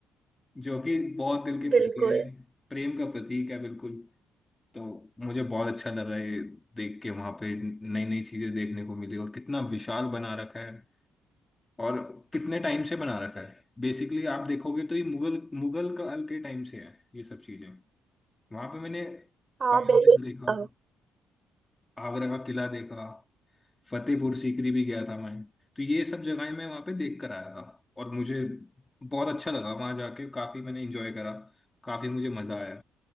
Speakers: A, on the left; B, on the right.
A: जो कि बहुत दिल के
B: बिल्कुल
A: प्रिय है प्रेम का प्रतीक है बिल्कुल तो मुझे बहुत अच्छा लगा ये देख के वहां पे नई नई चीजें देखने को मिली और कितना विशाल बना रखा है और कितने टाइम से बना रखा है बेसिकली आप देखोगे तो ये मुगल मुगल काल के टाइम से है ये सब चीजें वहां पे मैंने
B: हाँ
A: ताजमहल
B: बिल्कुल
A: देखा
B: हाँ
A: आगरा का किला देखा फतेहपुर सीकरी भी गया था मैं तो ये सब जगहें मैं वहां पे देख कर आया था और मुझे बहुत अच्छा लगा वहां जाके काफी मैंने एंजॉय करा काफी मुझे मजा आया